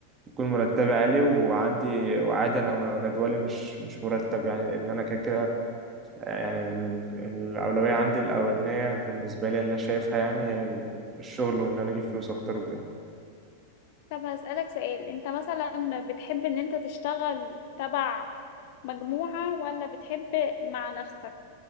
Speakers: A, on the right (about 25°); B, on the left (about 50°).
A: يكون مرتبي عالي وعندي وعادي انا جدولي مش مش مرتب يعني لان انا كده كده آه، يعني ال- الاولويه عندي الاولانيه بالنسبه لي اللي انا شايفها يعني هي ال- الشغل وان انا اجيب فلوس اكتر وكده
B: طب هسألك سؤال انت مثلا بتحب ان انت تشتغل تبع مجموعة ولا بتحب مع نفسك